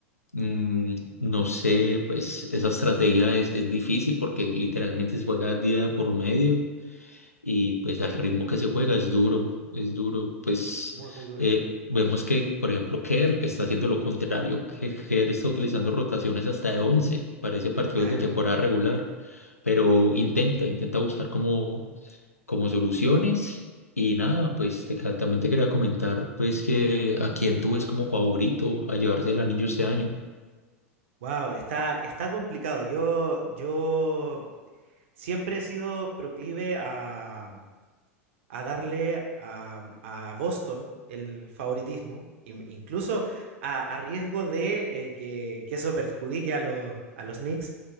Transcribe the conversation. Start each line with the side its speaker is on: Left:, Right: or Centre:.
Left: Mm, no sé, pues esa estrategia es, es difícil porque literalmente se juega día por medio y pues al ritmo que se juega es duro, es duro. Pues
Right: Muy, muy duro.
Left: eh, vemos que, por ejemplo, Kerr está haciendo lo contrario, que Kerr está utilizando rotaciones hasta de 11 parece partidos
Right: Claro.
Left: de temporada regular pero intenta, intenta buscar como como soluciones. Y nada, pues te ca- también te quería comentar pues que a quién tú ves como favorito a llevarse el anillo este año. <laughs>
Right: Wow, está, está complicado. Yo, yo siempre he sido proclive a, a darle a, a Boston el favoritismo, in- incluso a, a riesgo de eh, que, que eso perjudique a los, a los Knicks.